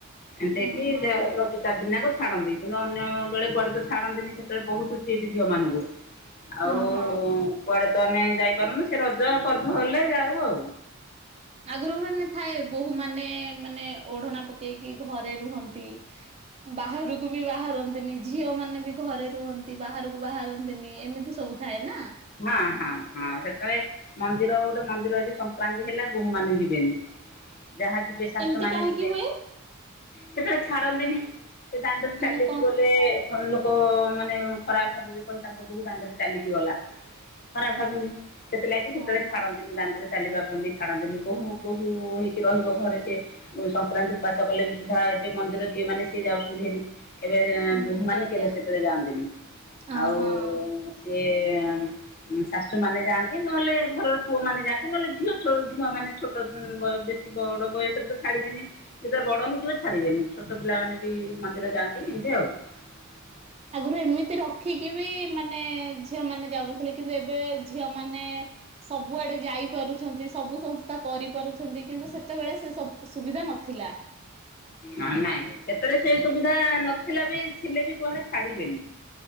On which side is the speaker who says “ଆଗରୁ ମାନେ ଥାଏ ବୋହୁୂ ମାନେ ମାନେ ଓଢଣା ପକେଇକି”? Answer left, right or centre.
Right